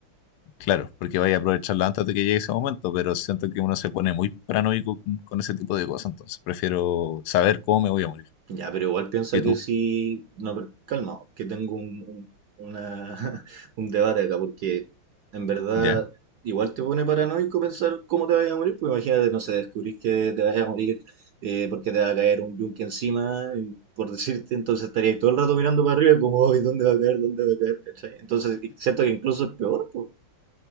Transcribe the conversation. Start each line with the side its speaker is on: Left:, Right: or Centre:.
Left: Claro, porque vaya a aprovecharla antes de que llegue ese momento, pero siento que uno se pone muy paranoico con, con ese tipo de cosas, entonces prefiero saber cómo me voy a morir.
Right: Ya, pero igual piensa
Left: ¿Y
Right: que
Left: tú?
Right: si... No, pero calma, que tengo un, un- una- <laughs> un debate acá, porque en verdad
Left: ¿Ya?
Right: igual te pone paranoico pensar cómo te vayas a morir, pues imagínate, no sé, descubrís que te vayas a morir eh, porque te va a caer un yunque encima, y por decirte, entonces estaría ahí todo el rato mirando para arriba como, "Ay, ¿dónde va a caer? ¿Dónde va a caer? ¿Cachai? Entonces, y siento que incluso es peor, pues.